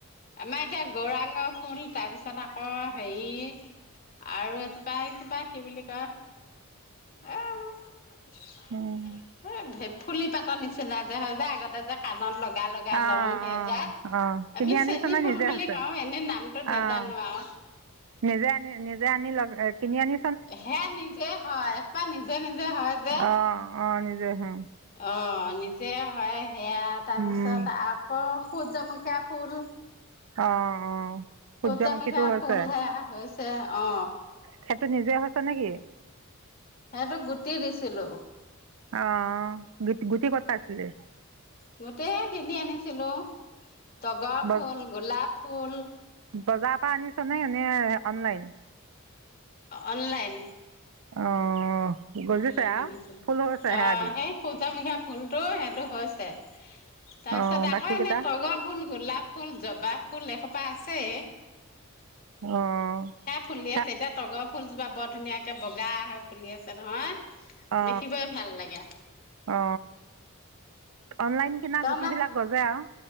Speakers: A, on the left; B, on the right.
A: আমাৰ এতিয়া গৌৰাঙ <unintelligible> তাৰপিছত আকৌ হেৰি আৰু এজোপা, এইজোপা কি বুলি কয় এ! এই
B: উম
A: ফুলি পাতৰ নিচিনা যে হয় যে, আগতে যে কাণত লগাই-লগা লগাই
B: অ'
A: লওঁ, সেইজাত
B: অ' অ'
A: আমি
B: কিনি আনিছ
A: চেনী
B: নে
A: ফুল
B: নিজে
A: বুলি
B: হৈছে
A: কওঁ, এনে নামটো নাজানো
B: অ'
A: আৰু।
B: নিজে আনি, নিজে আনি লগ, কিনি আনি
A: সেয়া নিজে হয়, এইসোপা নিজে-নিজে হয় যে!
B: অ অ নিজে হয়
A: অ, নিজে হয়, সেয়া তাৰপিছত,
B: উম
A: আকৌ সূৰ্যামূখীয়া ফুল।
B: অ, অ। সূৰ্যমুখীটো
A: সূৰ্যমুখীয়া
B: হৈছে
A: ফুল, সেয়া হৈছে। অ।
B: সেইটো নিজে হৈছে নেকি!
A: সেইটো গুটি দিছিলো।
B: অ, গু-গুটি ক'ত পাইছিলি?
A: গুটি, এই কিনি আনিছিলো, তগৰ
B: ব
A: ফুল, গোলাপ ফুল।
B: বজাৰৰ পৰা আনিছ নে, এনে অনলাইন?
A: অনলাইন।
B: অ, গজিছে
A: অনলাইন
B: আহ,
A: আনিছিলো
B: ফুল হৈছে,
A: অ
B: হেয়া দি।
A: সেই সূৰ্যমুখীয়া ফুলতটো সেইটো হৈছে, তাৰপিছত
B: অ
A: আকৌ
B: বাকীকেইটা
A: এনেই তগৰ ফুল, গোলাপ ফুল, জবা ফুল এসোপা আছেই।
B: অ।
A: সেয়া ফুলি
B: সে
A: আছে, এতিয়া তগৰ ফুলজোপা বৰ ধুনীয়াকে বগা হয় ফুলি আছে নহয়।
B: অ,
A: দেখিবই ভাল লাগে।
B: অ, অনলাইন কিনা
A: তই
B: গুটি
A: না
B: বিলাক গজে আৰু।